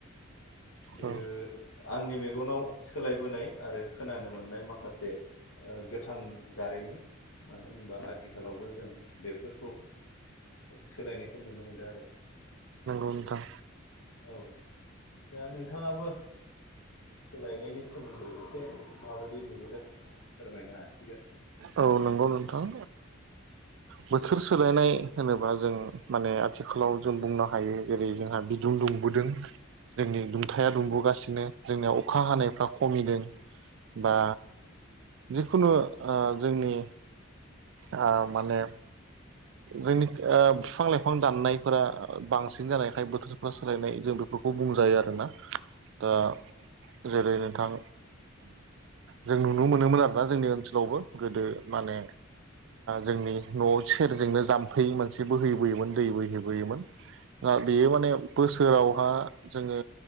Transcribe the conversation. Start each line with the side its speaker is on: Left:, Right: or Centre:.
Left: बेयो
Right: औ
Left: आंनि मेगनाव सोलायबोनाय आरो खोनानो मोननाय माखासे गोथां जारिमिन मानो होनबा आथिखालावबो जों बेफोरखौ सोलायनायखौ नुनो मोनदों आरो
Right: दं थां।
Left: औ दा नोंथाङाबो सोलायनायनि सोमोन्दै एसे माबायदि नुबोदों फोरमायनो हासिगोन।
Right: औ नंगौ नोंथां बोथोर सोलायनाय होनोबा जों माने आथिखालाव जों बुंनो हायो जेरै जोंहा बिदुं दुं दुंबोदों जोंनि दुंथाया दुमबोगासिनो जोंनिया अखा हानायफ्रा खमिदों बा जिखुनु जोंनि आ माने
Left: <inaudible>
Right: जोंनि बिफां लाइफां दाननायफोरा बांसिन जानायखाय बोथोरफोरा सोलायनाय जों बेफोरखौ खौ बुंजायो आरोना दा जेरै नोंथां। जों नुनो मोनोमोन आरोना जोंनि ओनसोलावबो गोदो माने जोंनि न'आव सेरजोंनो जाम्फै मोनसे बोहैबोयोमोन दै बोहैबोयोमोन। दा बेयो माने बोसोरावहा जोङो